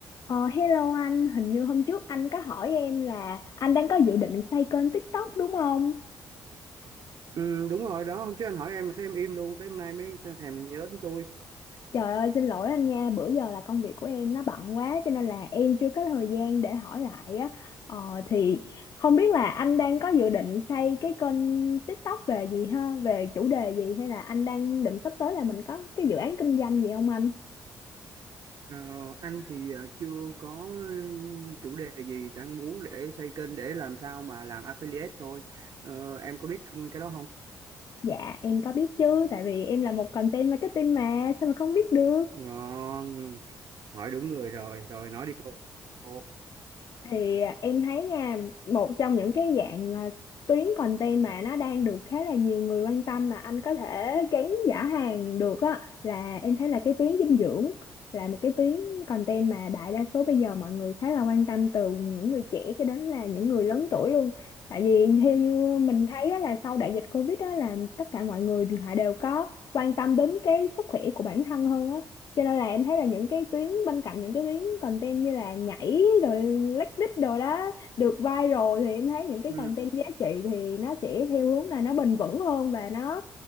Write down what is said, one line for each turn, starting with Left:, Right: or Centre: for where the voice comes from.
Left: Ờ, hello anh, hình như hôm trước anh có hỏi em là anh đang có dự định xây kênh TikTok đúng không?
Right: Ừ, đúng rồi đó hôm trước anh hỏi em mà thấy em im luôn tới hôm nay mới thèm nhớ đến tôi
Left: Trời ơi, xin lỗi anh nha, bữa giờ là công việc của em nó bận quá cho nên là em chưa có thời gian để hỏi lại á. Ờ, thì không biết là anh đang có dự định xây cái kênh TikTok về gì ha? Về chủ đề gì hay là anh đang định sắp tới là mình có cái dự án kinh doanh gì không anh?
Right: Ờ, anh thì ờ, chưa có chủ đề gì đang muốn để xây kênh để làm sao mà làm affiliate thôi Ờ, em có biết cái đó không
Left: Dạ, em có biết chứ, tại vì em là một content marketing mà, sao mà không biết được?
Right: ngon hỏi đúng người rồi rồi nói đi cô Cô.
Left: thì à, em thấy nha một trong những cái dạng à, tuyến content mà nó đang được khá là nhiều người quan tâm mà anh có thể gắn giả hàng được á là em thấy là cái tuyến dinh dưỡng là một cái tuyến content mà đại đa số bây giờ mọi người khá là quan tâm từ những người trẻ cho đến là những người lớn tuổi luôn tại vì theo như mình thấy á, là sau đại dịch Covid đó là tất cả mọi người họ đều có quan tâm đến cái sức khỏe của bản thân hơn á cho nên là em thấy là những cái tuyến bên cạnh những cái tuyến content như là nhảy rồi lách đích rồi đó được viral thì em thấy những cái
Right: ừ,
Left: content giá trị thì nó sẽ theo hướng là nó bền vững hơn và nó